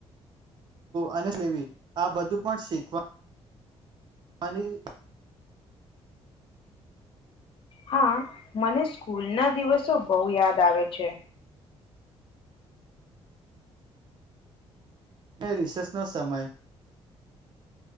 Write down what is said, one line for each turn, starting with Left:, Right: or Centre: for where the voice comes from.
Right: અને લેવી આ બધું પણ શીખ વાની.
Left: હા મને સ્કૂલના દિવસો બહુ યાદ આવે છે.
Right: અને રિસેસનો સમય.